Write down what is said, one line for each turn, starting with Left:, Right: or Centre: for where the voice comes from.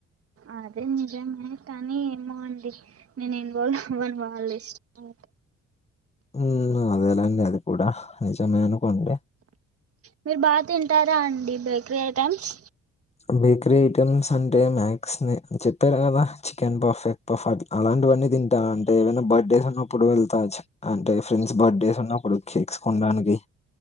Right: అదే నిజమే కానీ ఏమోండి నేను ఇన్వాల్వ్ అవ్వను వాళ్ళ ఇష్టం
Left: ఉ అదేలెండి అది కూడా నిజమే అనుకోండి
Right: మీరు బాగా తింటారా అండి బ్రేకరీ ఐటైమ్స్
Left: బేకరీ ఐటెమ్స్ అంటే మ్యాథ్స్ ని చెప్పారు కదా చికెన్ ఫఫ్ పఫ్ అట్ల్ అలాంటివన్నీ తింటా అంటే ఏవైనా బర్త్డేస్ ఉన్నప్పుడు వెళ్తా అంటే ఫ్రెండ్స్ బర్త్డేస్ ఉన్నప్పుడు కేక్స్ కొనడానికి